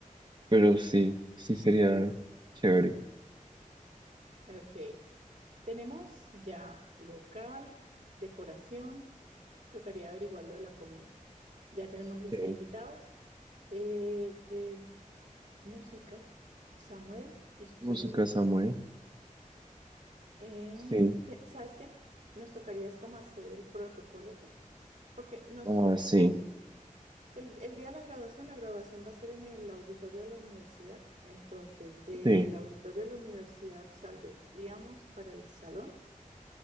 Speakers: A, on the right; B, on the right.
A: pero sí, sí sería chévere.
B: Ok. Tenemos ya local, decoración, tocaría averiguar lo de la comida. Ya tenemos lista
A: Sí.
B: de invitados, eh, eh, música, Samuel y sus
A: Música
B: amigos.
A: Samuel.
B: Eh,
A: Sí.
B: que- ¿sabes qué? Nos tocaría es como hacer el protocolo, porque nos,
A: Ah, sí,
B: el, el día de la graduación, la graduación va a ser en el auditorio de la universidad. Entonces, del
A: sí.
B: auditorio de la universidad saldríamos para el salón